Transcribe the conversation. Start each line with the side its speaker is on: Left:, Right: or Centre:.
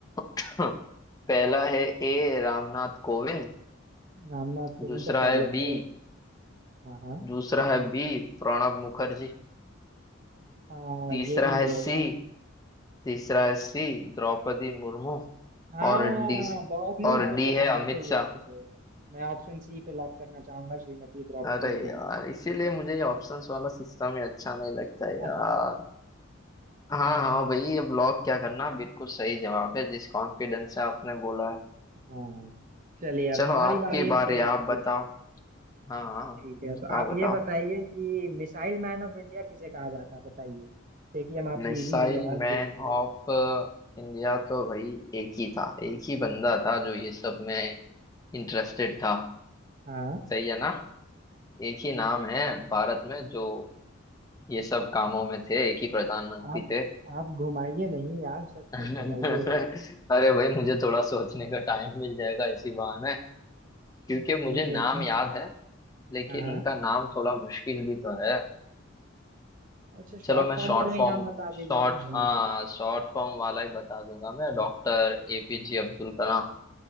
Left: <clears throat> <coughs> पहला है ए रामनाथ कोविंद
Right: हम ना आपको
Left: दूसरा
Right: उन तो पहले
Left: है
Right: थे
Left: बी
Right: हाँ हाँ
Left: दूसरा है बी प्रणब मुखर्जी
Right: हाँ
Left: तीसरा
Right: ये भी नहीं
Left: है सी
Right: होगा
Left: तीसरा है सी द्रौपदी मुर्मू
Right: हाँ
Left: और डी
Right: बहुत न्यूज
Left: और
Right: पे
Left: डी
Right: चला
Left: है
Right: है
Left: अमित
Right: चलिए
Left: शाह
Right: चलिए मैं ऑप्शन सी पे लॉक करना चाहूंगा श्रीमती द्रौपदी
Left: अरे
Right: मुर्मू
Left: यार इसीलिए मुझे ये ऑप्शंस वाला सिस्टम ही अच्छा नहीं लगता है
Right: <laughs>
Left: यार हाँ हाँ भाई अब लॉक क्या करना बिल्कुल सही जवाब है जिस कॉन्फिडेंस से आपने बोला है
Right: हाँ चलिए
Left: चलो
Right: अब हमारी
Left: आपकी
Right: बारी है
Left: बारी
Right: तो हम
Left: आप
Right: पूछते
Left: बताओ
Right: हैं
Left: हाँ हाँ
Right: ठीक है
Left: बताओ
Right: तो आप
Left: बताओ
Right: ये बताइए कि मिसाइल मैन ऑफ इंडिया किसे कहा जाता है बताइए देखिए हम आपसे
Left: मिसाइल
Right: इजी इजी सवाल
Left: मैन
Right: पूछ रहे हैं
Left: ऑफ इंडिया तो भाई एक ही था एक ही बंदा था जो ये सब में इंटरेस्टेड था
Right: हाँ
Left: सही है ना एक ही नाम है भारत में जो ये सब कामों में थे एक ही प्रधानमंत्री
Right: आप
Left: थे
Right: आप घुमाइए नहीं आप सच
Left: <laughs> अरे
Right: सच बताइए
Left: भाई मुझे थोड़ा सोचने का टाइम मिल जाएगा इसी बहाने क्योंकि
Right: जल्दी
Left: मुझे
Right: जल्दी
Left: नाम याद है लेकिन
Right: हाँ हाँ
Left: उनका नाम थोड़ा मुश्किल भी तो है
Right: अच्छा शॉर्ट
Left: चलो मैं
Right: फॉर्म
Left: शॉर्ट
Right: वाला
Left: फॉर्म
Right: ही नाम बता
Left: शॉर्ट
Right: दीजिए जी
Left: हाँ शॉर्ट फॉर्म वाला ही बता दूंगा मैं डॉक्टर एपीजे अब्दुल कलाम